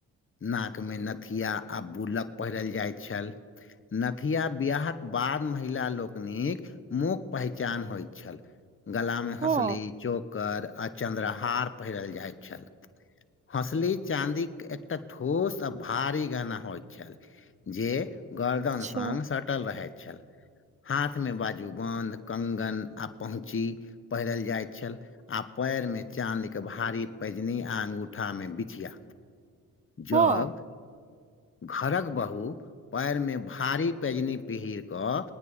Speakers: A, on the left; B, on the right.
A: नाकमे नथिया आ बूलक पहिरल जाइत छल नथिआ बियाहक बाद महिला लोकनिक मुख पहिचान होइत छल <inaudible> गलामे हँसुली
B: हँ
A: चोक कर आ चन्द्रहार पहिरल जाइत छल हसली चाँदी कऽ तऽ ठोस आ भारी गहना होइत छल जे गर्दन
B: अच्छा
A: सन सट टल रहैत छल हाथ मे बाजू बन्ध कंगन आ पहुँची पहिरल जाइ छल आ पैरमे चाँदी कऽ भारी पैजनी आ अंगुठामे बिछिया जब
B: हँ
A: घरक बहु पैर में भारी पैजनी पीहिर कऽ